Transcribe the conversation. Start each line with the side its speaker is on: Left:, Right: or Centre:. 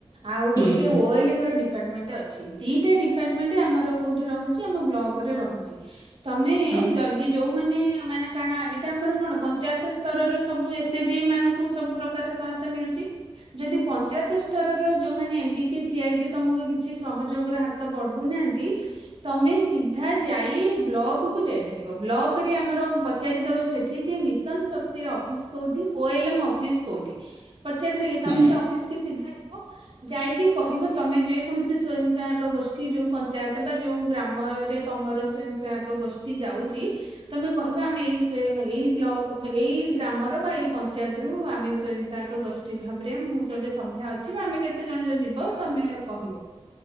Right: ଆଉ
Left: ହୁଁ
Right: ଗୋଟେ ଓଏଲମ ର ଡି ଡିପାର୍ଟମେଣ୍ଟ ଅଛି ଦିଟା ଡିପାର୍ଟମେଣ୍ଟେ ଆମର କୋଉଠି ରହୁଛି। ଆମ ବ୍ଲକ ରେ ରହୁଛି ତମେ
Left: ହୁଁ
Right: ଯଦି ଯୋଉ ମାନେ ମାନେ କାଣା ଏଇଟା ଆମର କଣ ପଞ୍ଚାୟତ ସ୍ତର ର ସବୁ ଏସ ଏ ଜି ମାନଙ୍କୁ ସବୁ ପ୍ରକାର ସହାୟତା ମିଳୁଛି ଯଦି ପଞ୍ଚାୟତ ସ୍ତରର ଯୋଉ ମାନେ ଏମ୍ ପି କି ସି ଆର ପି ତମକୁ କିଛି ସହଯୋଗର ହାତ ବଢଉନାହାନ୍ତି। ତମେ ସିଧା ଯାଇ ବ୍ଲକ କୁ ଯାଇପାରିବ ବ୍ଲକ ରେ ଆମର ପଚାରିଦବ ସେଠି ଯେ ମିଶନ ଶକ୍ତିର ଅଫିସ କୋଉଠି ଓ ଏଲ ଏମ୍ ଅଫିସ କୋଉଠି। ପଚାରିଦେଲେ ତମେ
Left: ହୁଁ
Right: ସେ ଅଫିସ କେ ସିଧା ବ ଯାଇକି କହିବ ତମେ ଯେ କୌଣସି ସ୍ଵୟଂ ସହାୟକ ଗୋଷ୍ଠୀ ଯୋଉ ପଞ୍ଚାୟତ ବା ଯୋଉ ଗ୍ରାମରେ ତମର ସ୍ଵୟଂ ସହାୟକ ଗୋଷ୍ଠୀ ଯାଉଛି ତମେ କହିବ ଆମେ ଏଇ ସ ଏଇ ବ୍ଲକ ଏଇ ଗ୍ରାମର ବା ଏଇ ପଞ୍ଚାୟତରୁୁ ଆମେ ସ୍ଵୟଂ ସହାୟକ ଗୋଷ୍ଠୀ ଭାବରେ ମୁଁ ସେ ଗୋଟେ ସଭ୍ୟା ଅଛି। ବା ଆମେ କେତେ ଜଣ ଯ ଯିବ ତମେ କହିବ